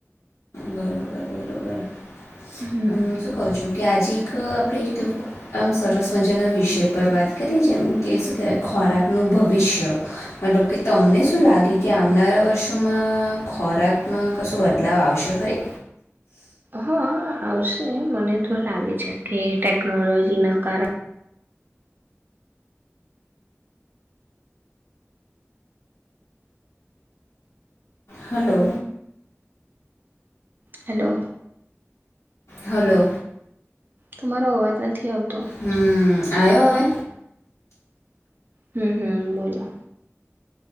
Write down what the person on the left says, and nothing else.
બરોબર બરોબર,
હું શું કઉ છું કે આજે એક આપણે એક આમ સરર્વસ મજાના વિષય પર વાત કરીએ જેમ કહે શું કેહેવાય આ ખોરાકનું ભવિષ્ય, મતલબ કે તમને શું લાગે કે આવનારા વર્ષોમાં ખોરા ખોરાકમાં કશો બદલાવ આવશે ખરી?
હલો
હલો
હમ આયોયોવે